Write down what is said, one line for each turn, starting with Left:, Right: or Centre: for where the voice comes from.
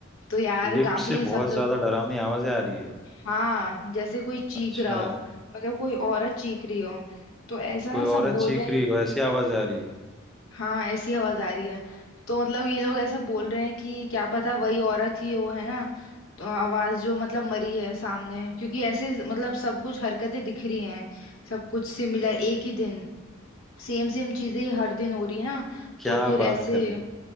Left: तो यार
Centre: लिफ्ट
Left: काफी
Centre: से
Left: सब
Centre: बहुत
Left: लोग
Centre: ज्यादा डरावनी आवाजें आ रही है
Left: हाँ जैसे कोई चीख
Centre: अच्छा
Left: रहा हो मतलब कोई औरत चीख रही हो तो ऐसा ना
Centre: कोई
Left: सब
Centre: औरत
Left: बोल
Centre: चीख
Left: रहे हैं
Centre: रही
Left: कि-
Centre: हो ऐसी आवाज आ रही है
Left: हाँ ऐसी आवाज आ रही है तो मतलब ये लोग ऐसा बोल रहे हैं कि क्या पता वही औरत ही वो है ना अ, आवाज जो मतलब मरी है सामने क्योंकि ऐसे मतलब सब कुछ हरकतें दिख रही हैं सब कुछ सिमिलर एक ही दिन सेम सेम चीजें हर दिन हो रही है ना
Centre: क्या
Left: तो फिर
Centre: बात
Left: ऐसे
Centre: कर रही है